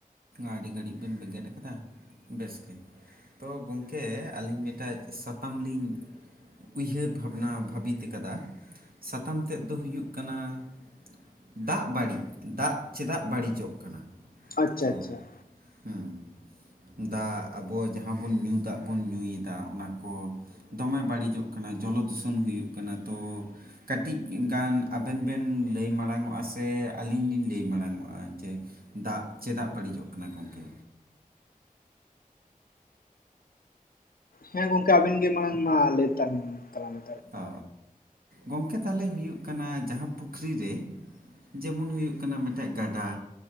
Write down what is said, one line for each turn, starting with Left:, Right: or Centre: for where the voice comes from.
Right: ᱟᱹᱰᱤ ᱜᱷᱟᱹᱲᱤᱡ ᱵᱮᱱ ᱵᱮᱸᱜᱮᱫ ᱟᱠᱟᱫᱟ ᱵᱮᱥ ᱜᱮ᱾ ᱛᱳ ᱜᱚᱝᱠᱮ ᱟᱹᱞᱤᱧ ᱢᱤᱫᱴᱟᱭ ᱥᱟᱛᱟᱢ ᱞᱤᱧ ᱩᱭᱦᱟᱹᱨ ᱵᱷᱟᱵᱽᱱᱟ ᱵᱷᱟᱵᱤᱛ ᱠᱟᱫᱟ, ᱥᱟᱛᱟᱢ ᱛᱮᱫ ᱫᱚ ᱦᱩᱭᱩᱜ ᱠᱟᱱᱟ ᱫᱟᱜ ᱵᱟᱹᱲᱤᱡ ᱫᱟᱜ ᱪᱮᱫᱟᱜ ᱵᱟᱹᱲᱤᱡᱚᱜ ᱠᱟᱱᱟ?
Left: ᱟᱪᱪᱷᱟ
Right: ᱛᱚ
Left: ᱟᱪᱪᱷᱟ
Right: ᱦᱩᱸ᱾ ᱫᱟᱜ ᱟᱵᱚ ᱡᱟᱦᱟᱸ ᱵᱚᱱ ᱧᱩ ᱫᱟᱜ ᱵᱚᱱ ᱧᱩᱭᱮᱫᱟ ᱚᱱᱟ ᱠᱚ ᱫᱚᱢᱮ ᱵᱟᱹᱲᱤᱡᱚᱜ ᱠᱟᱱᱟ ᱡᱚᱞᱚ ᱫᱷᱩᱥᱚᱱ ᱦᱩᱭᱩᱜ ᱠᱟᱱᱟ ᱛᱚ ᱠᱟᱹᱴᱤᱡ ᱜᱟᱱ ᱟᱵᱮᱱ ᱵᱮᱱ ᱞᱟᱹᱭ ᱢᱟᱲᱟᱝ ᱚᱜᱼᱟ ᱥᱮ ᱟᱹᱞᱤᱧ ᱞᱤᱧ ᱞᱟᱹᱭ ᱢᱟᱲᱟᱝ ᱚᱜᱼᱟ ᱡᱮ ᱫᱟᱜ ᱪᱮᱫᱟᱜ ᱵᱟᱹᱲᱤᱡᱚᱜ ᱠᱟᱱᱟ ᱜᱚᱢᱠᱮ?
Left: ᱦᱮᱸ ᱜᱚᱝᱠᱮ ᱟᱵᱤᱱ ᱜᱮ ᱢᱟᱲᱟᱝ ᱢᱟ ᱞᱟᱹᱭ ᱛᱟᱵᱚᱱ ᱛᱟᱞᱟᱝ ᱢᱮ᱾
Right: ᱚ ᱜᱚᱢᱠᱮ ᱛᱟᱦᱚᱞᱮ ᱦᱩᱭᱩᱜ ᱠᱟᱱᱟ ᱡᱟᱦᱟᱸ ᱯᱩᱠᱷᱨᱤ ᱨᱮ ᱡᱮᱢᱚᱱ ᱦᱩᱭᱩᱜ ᱠᱟᱱᱟ ᱢᱤᱫᱴᱮᱡ ᱜᱟᱰᱟ,